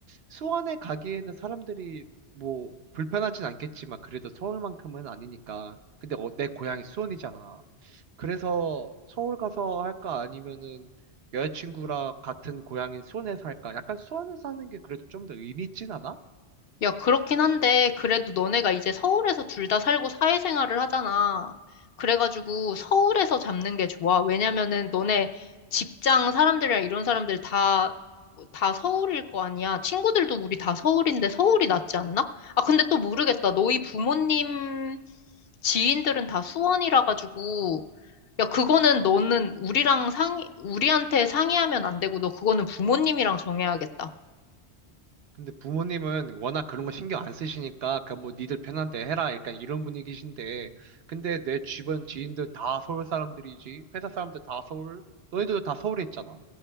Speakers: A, on the right; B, on the left.
A: 수원에 가기에는 사람들이 뭐 불편하진 않겠지만 그래도 서울만큼은 아니니까. 근데 어, 내 고향이 수원이잖아. 그래서 서울 가서 할까 아니면은 여자친구랑 같은 고향인 수원에서 할까? 약간 수원에서 하는 게 그래도 좀 더 의미 있진 않아?
B: 야, 그렇긴 한데, 그래도 너네가 이제 서울에서 둘 다 살고 사회생활을 하잖아. 그래가지고 서울에서 잡는 게 좋아. 왜냐면은 너네 직장 사람들이랑 이런 사람들 다, 다 서울일 거 아니야. 친구들도 우리 다 서울인데 서울이 낫지 않나? 아, 근데 또 모르겠다. 너희 부모님 지인들은 다 수원이라 가지고, 야, 그거는 너는 우리랑 상의, 우리한테 상의하면 안 되고, 너 그거는 부모님이랑 정해야겠다.
A: 근데 부모님은 워낙 그런 거 신경 안 쓰시니까 그냥 뭐 니들 편한 데 해라 약간 이런 분위기신데 근데 내 주변 지인들 다 서울 사람들이지 회사 사람들 다 서울 너희들도 다 서울에 있잖아